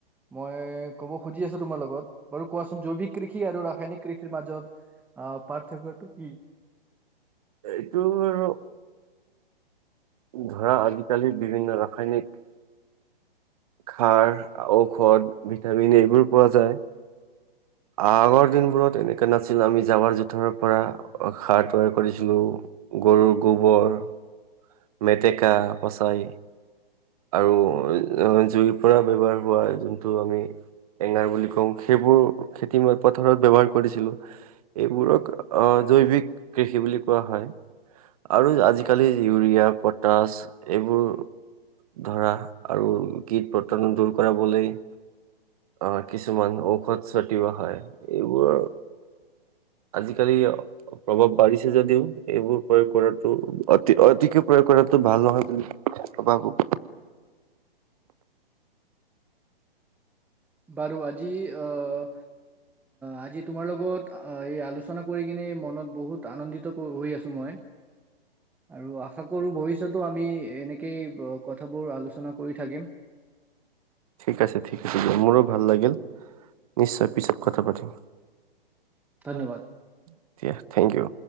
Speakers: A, in the centre; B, on the right.
A: মই ক'ব খুজি আছোঁ তোমাৰ লগত। বাৰু কোৱাচোন জৈৱিক কৃষি ৰাসায়নিক কৃষিৰ মাজত আ, পাৰ্থক্যটো কি?
B: এইটো আৰু ধৰা আজিকালি বিভিন্ন ৰাসায়নিক সা, ঔষধ, ভিটামিন এইবোৰ পোৱা যায়। আগৰ দিনবোৰত এনেকে নাছি আমি জাৱৰ-জোথৰ পৰা সাৰ তৈয়াৰ কৰিছিলো, গৰুৰ গোবৰ মেতেকা পচাই আৰু জুইৰ পৰা ব্যৱহাৰ হোৱা যোনটো আমি এঙাৰ বুলি কওঁ, সেইবোৰ খেতি পথাৰত ব্যৱহাৰ কৰিছিলো। এইবোৰক জৈৱিক কৃষি বুলি কোৱা হয়। আৰু আজিকালি ইউৰিয়া পটাচ এইবোৰ ধৰা, আৰু কীট-পতংগ দূৰ কৰাবলৈ অ', কিছুমান ঔষধ চটিওৱা হয়। এইবোৰৰ আজিকালি প্ৰভাৱ বাঢ়িছে যদিও এইবোৰ প্ৰয়োগ কৰাটো অতি অ প্ৰয়োগ কৰাতো ভাল নহয় বুলি, মই ভবো।
A: বাৰু, আজি অ', আজি তোমাৰ লগত অ', এই আলোচনা কৰি কিনে, মনত বহুত আনন্দিত হৈ আছো মই। আৰু আশা কৰো ভৱিষ্যতো আমি এনেকেই কথাবোৰ আলোচনা কৰি থাকিম।
B: ঠিক আছে, ঠিক আছে। মোৰো ভাল লাগিল। নিশ্চয় পিছত কথা পাতিম।
A: ধন্যবাদ
B: <unintelligible> থেংক ইউ।